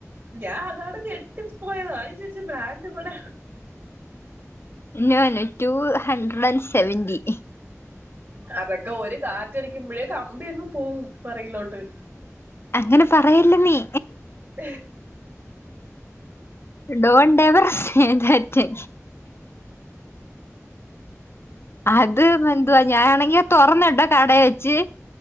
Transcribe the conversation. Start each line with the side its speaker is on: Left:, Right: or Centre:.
Right: ഞാൻ അതാണ് ഞെട്ടി പോയത് അതാണ് ചേച്ചി ബ്രാൻഡ് കുട
Left: ഇന്ന ടു ഹണ്ട്രഡ് ആൻഡ് സെവന്റിി
Right: അതൊക്കെ ഒരു കാറ്റടിക്കുമ്പോഴേ കമ്പി അങ്ങ് പോകവും പറയിലോട്ട്
Left: അങ്ങനെ പറയില്ല നീ
Right: ആ
Left: ഡോൺ ഡേബർ സ്നേതറ്റ് അത് എന്വാ ഞാനാണെങ്കി തുറന്നുടോ കടയെ വെച്ച്